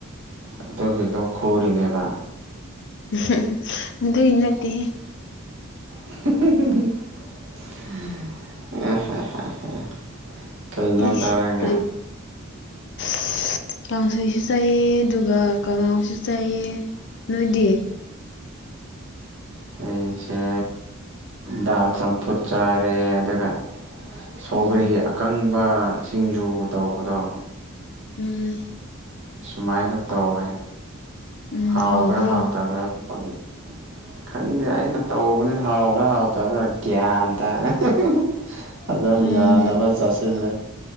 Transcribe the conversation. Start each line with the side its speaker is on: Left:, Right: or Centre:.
Right: ꯑꯗꯨꯒꯤꯗꯣ ꯈꯨꯔꯤꯅꯦꯕ
Left: <unintelligible> ꯑꯗꯨꯏ ꯅꯠꯇꯦ
Right: <unintelligible> ꯀꯩ ꯏꯟꯖꯥꯡ
Left: ꯏꯁ
Right: ꯆꯥꯔꯒꯦ
Left: ꯀꯔꯤ <inaudible> ꯀꯥꯡꯁꯣꯏꯁꯨ ꯆꯥꯏꯌꯦ ꯑꯗꯨꯒ ꯀꯥꯡꯍꯧꯁꯨ ꯆꯥꯏꯌꯦ ꯅꯣꯏꯗꯤ
Right: ꯑꯩꯁꯦ ꯗꯥꯜ ꯆꯥꯝꯐꯨꯠ ꯆꯥꯔꯦ ꯑꯗꯨꯒ ꯁꯧꯒ꯭ꯔꯤ
Left: ꯎꯝ
Right: ꯑꯀꯪꯕ ꯁꯤꯡꯖꯨ ꯇꯧꯕꯗꯣ
Left: ꯎꯝ
Right: ꯁꯨꯃꯥꯏꯅ ꯇꯧꯋꯦ
Left: ꯎꯝ
Right: ꯍꯥꯎꯕ꯭ꯔꯥ
Left: ꯍꯥꯎꯕ꯭ꯔꯣ
Right: ꯍꯥꯎꯇꯕ꯭ꯔꯥ ꯄꯪꯉꯤ ꯈꯪꯗꯦ ꯑꯩꯅ ꯇꯧꯕꯅꯤꯅ ꯍꯥꯎꯕ꯭ꯔꯥ ꯍꯥꯎꯇꯕ꯭ꯔꯥ ꯒ꯭ꯌꯥꯟ ꯇꯥ <unintelligible> ꯑꯗꯨꯝ
Left: ꯎꯝ
Right: ꯌꯥꯅꯕ ꯆꯥꯁꯜꯂꯦ